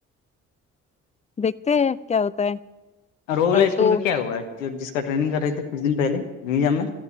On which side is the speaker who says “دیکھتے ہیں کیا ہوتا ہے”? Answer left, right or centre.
Left